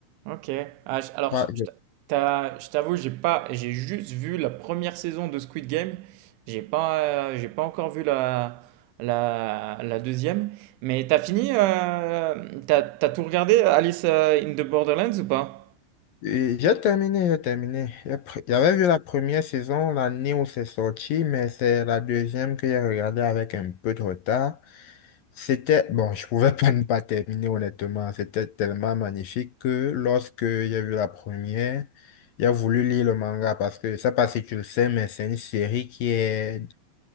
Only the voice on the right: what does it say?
Ok. Ah, je- alors,
je je t'a- t'as- je t'avoue, j'ai pas, j'ai juste vu la première saison de Squid Game. J'ai pas, euh, j'ai pas encore vu la, la, la deuxième. Mais t'as fini, euh, t'as, t'as tout regardé, Alice euh, in the Borderlands ou pas?